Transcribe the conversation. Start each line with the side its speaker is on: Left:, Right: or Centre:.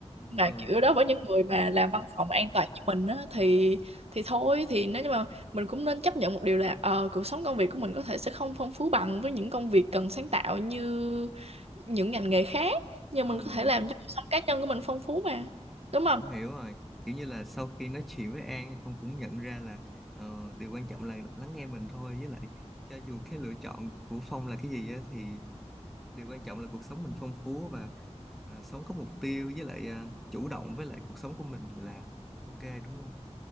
Right: mà
Centre: ừ
Right: kiểu đó với những người mà làm văn phòng an toàn như mình á thì thì thôi thì nếu như mà mình cũng nên chấp nhận một điều là ờ cuộc sống công việc của mình có thể sẽ không phong phú bằng với những công việc cần sáng tạo như những ngành nghề khác nhưng
Centre: ừ
Right: mình có thể làm cho cuộc sống cá nhân của mình phong phú mà đúng không
Centre: không hiểu rồi kiểu như là sau khi nói chuyện với An thì con cũng nhận ra là ờ, điều quan trọng là lắng nghe mình thôi với lại cho dù cái lựa chọn của Phong là cái gì á thì điều quan trọng là cuộc sống mình phong phú và à, sống có mục tiêu với lại à, chủ động với lại cuộc sống của mình là ok đúng không?